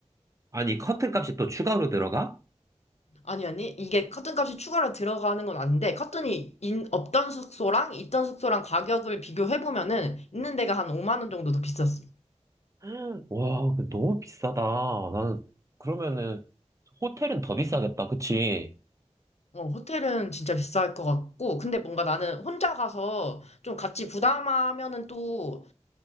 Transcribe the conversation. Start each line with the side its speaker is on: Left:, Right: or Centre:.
Right: 아니, 커튼 값이 또 추가로 들어가?
Left: 아니, 아니. 이게 커튼값이 추가로 들어가는 건 아닌데, 커튼이 인- 없던 숙소랑 있던 숙소랑 가격을 비교해보면은, 있는 데가 한 5만 원 정도 더 비쌌어.
Right: <gasps> 와, 근데 너무 비싸다. 나는, 그러면은, 호텔은 더 비싸겠다. 그치?
Left: 어, 호텔은 진짜 비쌀 것 같고, 근데 뭔가 나는 혼자 가서 좀 같이 부담하면은 또,